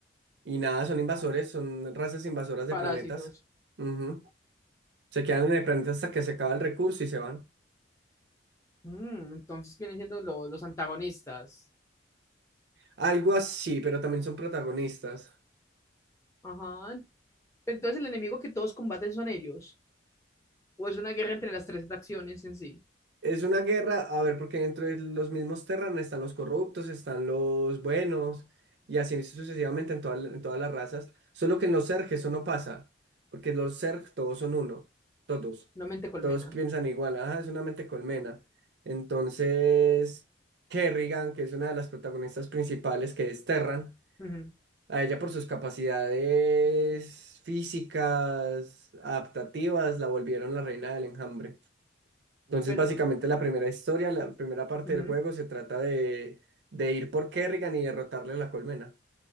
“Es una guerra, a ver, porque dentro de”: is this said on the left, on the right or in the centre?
Right